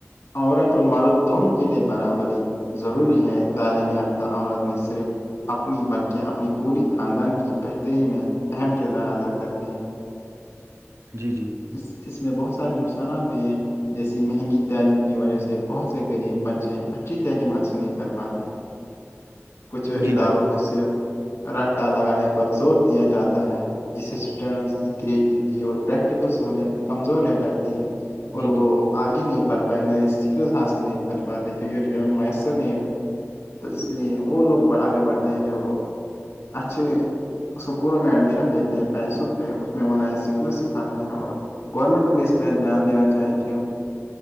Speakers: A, on the left; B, on the right.
A: عورت اور مرد دونوں کے لیے برابری ضروری ہے تعلیم یافتہ عورت نے صرف اپنی بلکہ اپنی پوری خاندان کی بہتری میں اہم کردار ادا کرتے ہیں
B: جی جی
A: اس اس میں بہت سارے نقصانات بھی ہیں جیسی مہنگی تعلیم کی وجہ سے بہت سے غریب بچے اچھی تعلیم حاصل نہیں کر پاتے کچھ
B: جی
A: اداروں
B: بھائی جان
A: میں صرف رٹا لگانے پر زور دیا جاتا ہے جسے اسٹوڈین کی کریٹیوٹی اور سہت کمزور رہ جاتی ہیں اور
B: جی
A: وہ
B: جی
A: آگے نہیں بڑھ پائے نئے سکلت حاصل نہیں کر پاتے کیونکہ ان کے پاس میسر نہیں ہوتا تو اس لیے وہ لوگ آگے بڑھتے ہیں جو اچھے اسکولوں میں ایڈمیشن لیتے ہیں پیسوں پہ اس میں وہ نئے سکل سکھات ہیں اور گورنمنٹ کو بھی اس پہ دھیان دینا چاہیے کہ